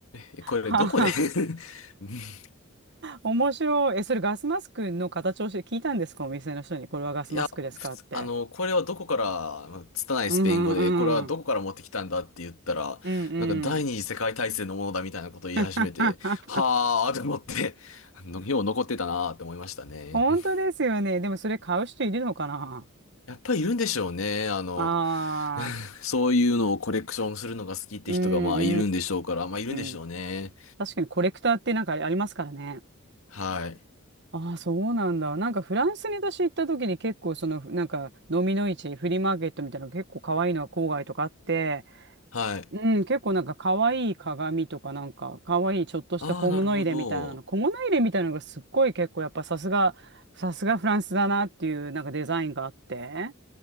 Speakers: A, on the left (about 75°); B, on the right (about 55°).
A: え、これどこで
B: はは <laughs>
A: <laughs>
B: 面白い。え、それガスマスクの形をして聞いたんですかお店の人に。これはガスマスクですかって。
A: いや、普通、あの、これはどこから、まあ拙いスペイン語で、
B: うんうんうん。
A: これはどこから持ってきたんだって言ったら、
B: うんうん。
A: なんか第二次世界大戦のものだみたいなことを言い始めて、
B: <laughs>
A: はーと思って、<laughs> あの、よう残ってたなーって思いましたね。
B: 本当ですよね。
A: <laughs>
B: でもそれ買う人いるのかな
A: やっぱりいるんでしょうね。あの、
B: ああ
A: <laughs> そういうのをコレクションするのが好きって人がまあいるんでしょうから、
B: うんう
A: まあいるんでしょうね。
B: んうん。確かにコレクターってなんかありますからね。
A: はい。
B: ああ、そうなんだ。なんかフランスに私行った時に結構その、なんか、ノミの市、フリーマーケットみたいなの結構可愛いのが郊外とかあって、
A: はい。
B: うん、結構なんか可愛い鏡とかなんか可愛いちょっとした小物入れみたいなの、
A: ああ、なるほど。
B: 小物入れみたいなのがすっごい結構やっぱさすが、さすがフランスだなっていうなんかデザインがあって。